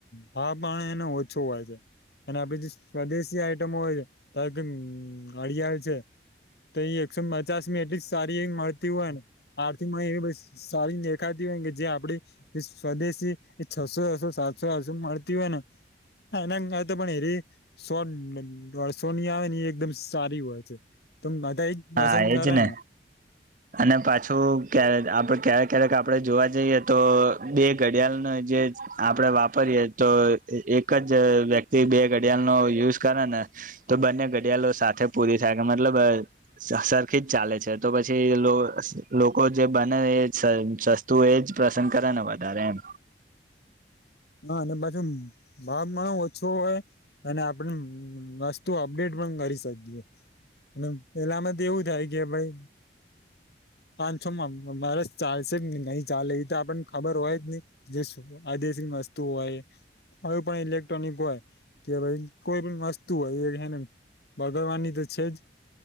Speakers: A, on the left; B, on the right.
A: ભાવ પણ એને ઓછો હોય છે. અને આ પછી સ્વદેશી આઈટમો હોય છે, ધારો કે અમ્મ ઘડિયાળ છે તો એ એકસો પચાસમાં એટલી સારી એવી મળતી હોય ને આરથી માં એ બસ સારી દેખાતી હોય કે જે આપણે તે સ્વદેશી એ છસો-છસો સાતસો-આઠસોમાં મળતી હોય ને હા એને એમ હોય તો પણ એ રહી એ સો- દોઢસોની આવેને એકદમ સારી હોય છે. તો બધા એજ પસંદ
B: હા, એજ
A: કરે
B: ને અને પાછું ક્યાર આપણે ક્યારેક ક્યારેક આપણે જોવા જઈએ તો બે ઘડિયાળના જે આપણે વાપરીયએ તો એ એક જ વ્યક્તિ બે ઘડિયાળનો યુઝ કરે ને તો બંને ઘડિયાળો સાથે પૂરી થાય. મતલબ અહ સ-સરખી જ ચાલે છે તો પછી લો-લોકો જે બને એ સ-સસ્તુ એ પસંદ કરે ને વધારે એમ.
A: <inaudible> હા અને પાછુ ભાવ પણ ઓછો હોય અને આપણને અમ્મ વસ્તુ અપડેટ પણ કરી શકીએ. અને પેલામાં તો એવું થાય કે ભઈ પાંચસોમાં વર્ષ ચાલશે કે નહી ચાલે એતો આપણને ખબર હોય જ નહી. જે આ દેશી વસ્તુ હોય હવે પણ ઇલેક્ટ્રોનિક હોય કે ભાઈ કોઈપણ વસ્તુ હોય એ. બગડવાની તો છે જ